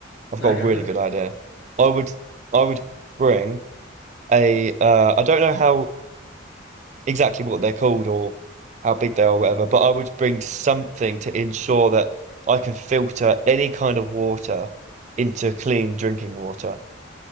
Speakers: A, on the right (about 35°); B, on the left (about 75°).
A: I've
B: no,
A: got a
B: go
A: really
B: for it.
A: good idea. I would I would bring a uh I don't know how exactly what they're called or how big they are or whatever, but I would bring something to ensure that I can filter any kind of water into clean drinking water.